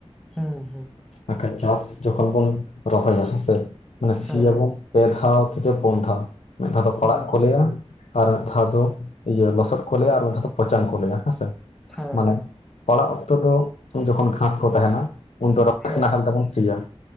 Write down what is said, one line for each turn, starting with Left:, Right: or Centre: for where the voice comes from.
Centre: ᱦᱮᱸ ᱦᱮᱸ
Left: ᱟᱨᱠᱷᱟᱡ ᱪᱟᱥ ᱡᱚᱠᱷᱚᱱ ᱵᱚᱱ ᱨᱚᱦᱚᱭᱟ ᱦᱮᱸ ᱢᱟᱱᱮ ᱥᱤᱭᱟᱵᱚᱱ,
Centre: ᱦᱮᱸ
Left: ᱯᱮ ᱫᱷᱟᱣ ᱛᱷᱮᱠᱮ ᱯᱩᱱ ᱫᱷᱟᱣ ᱢᱤᱫ ᱫᱷᱟᱣ ᱫᱚ
Centre: ᱦᱮᱸ
Left: ᱯᱟᱲᱟᱜ ᱠᱚ ᱞᱟᱹᱭᱟ, ᱟᱨ ᱢᱤᱫ ᱫᱷᱟᱣ ᱫᱚ ᱤᱭᱟᱹ ᱞᱚᱥᱚᱫ ᱠᱚ ᱞᱟᱹᱭᱟ ᱟᱨ ᱢᱤᱫ ᱫᱷᱟᱣ ᱫᱚ ᱯᱚᱪᱟᱱ ᱠᱚ ᱞᱟᱹᱭᱟ ᱦᱮᱸ ᱥᱮ᱾
Centre: ᱦᱮᱸ
Left: ᱢᱟᱱᱮ ᱯᱟᱲᱟᱜ ᱚᱠᱛᱚ ᱫᱚ ᱩᱱ ᱡᱚᱠᱷᱚᱱ ᱜᱷᱟᱸᱥ ᱠᱚ ᱛᱟᱦᱮᱱᱟ ᱩᱱ ᱫᱚ
Centre: ᱦᱮᱸ
Left: ᱱᱟᱦᱮᱞ ᱛᱮᱵᱚᱱ ᱥᱤᱭᱟ